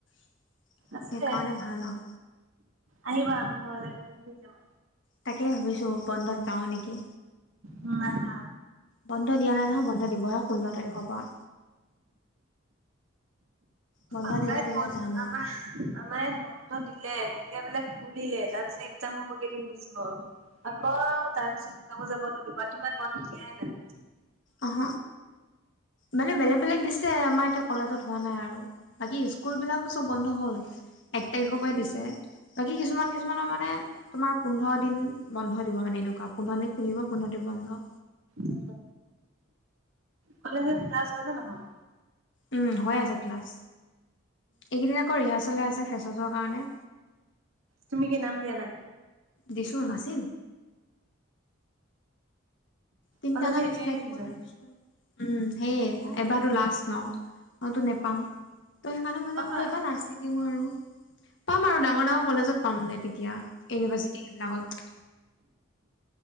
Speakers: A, on the left (about 60°); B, on the right (about 85°).
A: সেইকাৰণে
B: আছে
A: ভাল আৰু
B: আহিবা নহ'লে স যাবা
A: তাকেই ভাবিছো বন্ধত যাওঁ নেকি
B: উম হা
A: বন্ধ দিয়া নাই নহয় বন্ধ দিবহে ষোল্ল তাৰিখৰ পৰা বন্ধ
B: আমাৰ
A: দিলে তেতিয়া
B: বন্ধু
A: যাম আৰু
B: আমাৰ আমাৰ ইয়াত বন্ধ দিলে দিলে বলে খুলিলে তাৰপিছত একজাম হ'ব কেইদিন পিছত আকৌ তাৰ পিছত দুৰ্গাপূজাৰ বন্ধ দিবা তোমাৰ বন্ধ দিয়াই নাই
A: আহ মানে বেলেগ বেলেগ দি ছে আমাৰ এতিয়া কলেজত হোৱা নাই আৰু বাকী স্কুল বিলাকো চব বন্ধ হ'ল এক তাৰিখৰ পৰাই দিছে বাকী কিছুমান কিছুমানৰ মানে তোমাৰ পোন্ধৰ দিন বন্ধ দিব মানে এনেকুৱা পোন্ধৰ দিন খুলিব পোন্ধৰ দিন বন্ধ
B: উ কলেজত ক্লাছ হয়নে নহয়
A: উম হৈ আছে ক্লাছ এইকেইদিন আকৌ ৰিহাৰ্চেল হৈ আছে ফেচাছৰ কাৰণে
B: তুমি কি নাম দিয়া নাই
A: দিচো নাচ তিনিটা
B: কলেজ
A: গান
B: যে এইটো
A: চিলক্ট
B: এটা এনজয়
A: কৰিলো উম সেইয়ে এবাৰটো লাষ্ট ন অ তো নেপাম ত' সেইকাৰণে মানে
B: পাবা
A: বোলো এবাৰ লাষ্ট আৰু পাম আৰু ডাঙৰ ডাঙৰ কলেজত পামগে তেতিয়া ইউনিভাৰ্চিটি এইবিলাকত